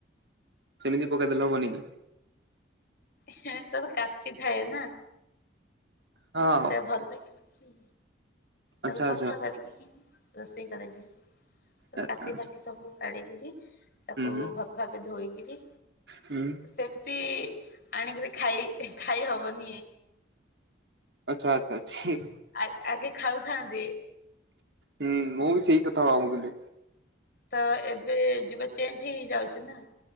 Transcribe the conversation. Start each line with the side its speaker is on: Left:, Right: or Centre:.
Right: ସେମିତି ପକେଇଦେଲେ ହବନି କି?
Left: ହେଁ ତାର କାତି ଥାଏ ନା।
Right: ହଁ
Left: ସେ ଭଲ୍ ଲାଗିବନି, ହୁଁ।
Right: ଆଚ୍ଛା
Left: ତାକୁ ସଫା
Right: ଆଚ୍ଛା
Left: କରିକି ହିଁ ହିଁ ରୋଷେଇ କରାଯାଏ ତ
Right: ଆଚ୍ଛା
Left: କାତି
Right: ଆଚ୍ଛା
Left: ଫାତି ସବୁ। କାଢିକିରି ତାକୁ
Right: ହୁଁ ହୁଁ
Left: ଭଲ୍ ଭାବେ ଧୋଇକିରି।
Right: ହୁଁ।
Left: ସେମିତି ଆଣିକିରି ଖାଇ ହି ଖାଇ ହବନି।
Right: ଆଚ୍ଛା ଆଚ୍ଛା ଛି
Left: ଆ ଆଗେ ଖାଉଥାନ୍ତି।
Right: ହୁଁ ମୁଁ ବି ସେଇ କଥା ଭାବୁଥିଲି।
Left: ତ ଏବେ ଯୁଗ ଚେଞ୍ଜ ହେଇ ହେଇଯାଉଛି ନା।